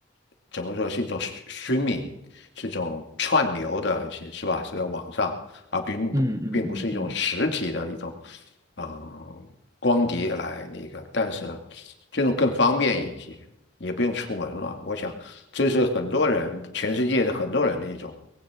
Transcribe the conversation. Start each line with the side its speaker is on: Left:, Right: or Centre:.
Left: 怎么说是一种 streaming，是一种串流的，一些是吧？是在网上啊，并不并不是一种实体的一种。
Right: 嗯嗯嗯嗯
Left: 嗯，光碟来那个，但是呢，这种更方便一些，也不用出门了。我想，这是很多人，全世界的很多人的一种